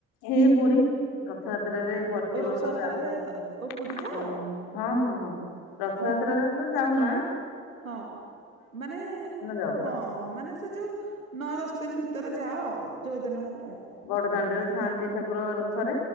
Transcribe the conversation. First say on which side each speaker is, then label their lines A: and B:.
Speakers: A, on the left; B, on the right.
A: ଏଇ ପୁରୀ ରଥଯାତ୍ରାରେ ପ୍ରତି
B: ଓ
A: ବର୍ଷ
B: ରଥଯାତ୍ରାରେ
A: ଯାଉ
B: ତ ଓ ପୁରୀ ଯାଅ?
A: ହଁ ହଁ ହଁ ରଥଯାତ୍ରାରେ
B: ଓହୋ।
A: ତ ଯାଉନ?
B: ହଁ ମାନେ
A: ଯାଉ।
B: ହଁ ମାନେ ସେ ଯଉ ନଅ ଦଶ ଦିନ୍ ଭିତରେ ଯାଅ ଯଉଦିନ ହେଲେ।
A: ବଡ଼ ଦାଣ୍ଡରେ ଥାଆନ୍ତି ଠାକୁର ରଥରେ।